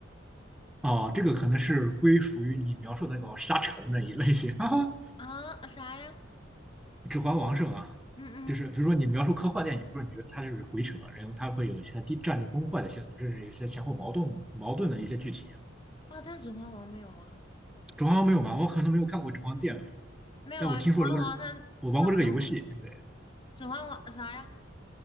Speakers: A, in the centre; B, on the left (about 25°).
A: 哦，这个可能是归属于你描述的那种瞎扯的那一类型，<laughs> 哈哈。
B: 啊，啊啥呀？
A: 指环王是吗？
B: 嗯嗯，
A: 就是比如说你描述科幻电影，不是你觉得它就是鬼扯，然后它会有一些地战力崩坏的系统，甚至有些前后矛盾矛盾的一些具体。
B: 啊，但《指环王》没有啊，
A: 《指环王》没有玩，我可能没有看过《指环王》电影，
B: 没有啊，
A: 但我听说这个，
B: 《指环王》它它很好，
A: 我玩过这个游戏。对，
B: 《指环王》啥呀？